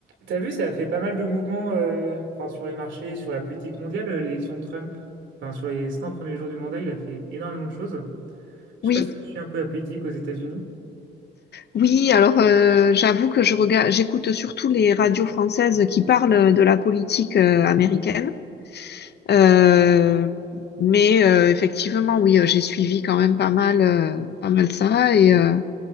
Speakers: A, on the right; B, on the left.
A: T'as vu, ça a fait pas mal de mouvements euh, enfin, sur les marchés, sur la politique mondiale, euh, l'élection de Trump. Enfin, sur les 100 premiers jours du mandat, il a fait énormément de choses. Je
B: Oui,
A: sais pas si tu suis un peu la politique aux États-Unis.
B: oui, alors euh, j'avoue que je regarde, j'écoute surtout les radios françaises qui parlent de la politique euh, américaine. Euh, mais euh, effectivement, oui, euh, j'ai suivi quand même pas mal, euh, pas mal ça et, euh,